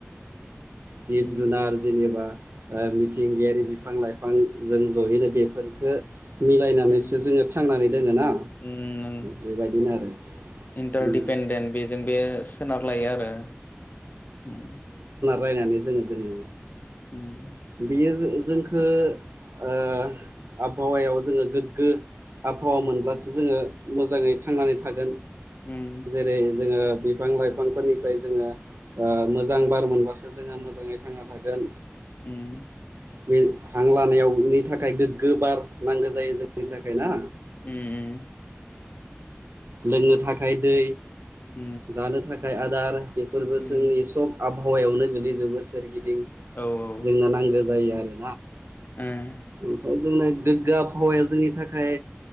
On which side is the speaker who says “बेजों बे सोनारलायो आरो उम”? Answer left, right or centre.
Left